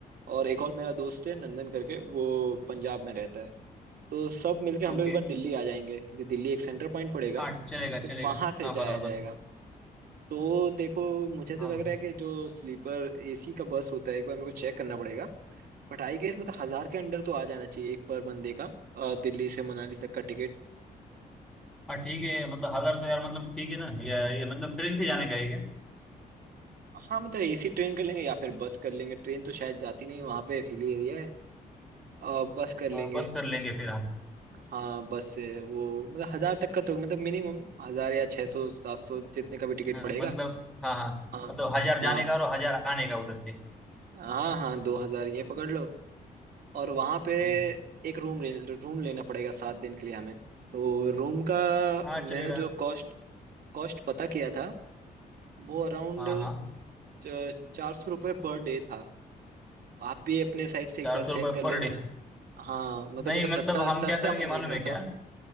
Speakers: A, on the right; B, in the centre.
A: और एक और मेरा दोस्त है नंदन करके वो पंजाब में रहता है तो सब मिलके हम
B: ओके
A: लोग एक बार दिल्ली आ जाएंगे क्योंकि दिल्ली एक सेंटर पॉइंट पड़ेगा
B: हाँ चलेगा चलेगा
A: फिर वहां से
B: हाँ
A: जाया
B: बराबर
A: जाएगा तो देखो मुझे तो
B: हाँ
A: लग रहा है कि जो स्लीपर एसी का बस होता है एक बार मेरे को चेक करना पड़ेगा बट आई गेस मतलब हजार के अंडर तो आ जाना चाहिए एक पर बंदे का अ, दिल्ली से मनाली तक का टिकट
B: हाँ ठीक है मतलब हजार तो यार मतलब ठीक है ना ये ये मतलब ट्रेन से जाने का है क्या
A: हाँ मतलब एसी ट्रेन कर लेंगे या फिर बस कर लेंगे ट्रेन तो शायद जाती नहीं वहां पे हिली एरिया है अ, बस कर लेंगे
B: हाँ, बस कर लेंगे फिर हम
A: हाँ बस से वो मतलब हजार तक का तो मतलब मिनिमम हजार या छह सौ सात सौ जितने का भी टिकट
B: हाँ,
A: पड़ेगा
B: मतलब हाँ हाँ
A: हाँ
B: मतलब हजार जाने
A: हाँ
B: का और हजार आने का उधर से
A: हाँ हाँ दो हजार ये पकड़ लो और वहां पे
B: हम्म,
A: एक रूम रूम लेना पड़ेगा सात दिन के लिए हमें तो रूम का
B: हाँ चलेगा
A: मैंने जो कॉस्ट कॉस्ट पता किया था वो अराउंड
B: हाँ हाँ
A: चार सौ रुपये पर डे था आप भी अपने साइड से एक
B: चार
A: बार
B: सौ
A: चेक
B: रुपये
A: कर लेना
B: पर डे
A: हाँ मतलब
B: नहीं
A: मेरे को
B: मतलब
A: सस्ता
B: हम
A: सस्ता
B: क्या करेंगे
A: मैं देख
B: मालूम
A: रहा
B: है
A: था
B: क्या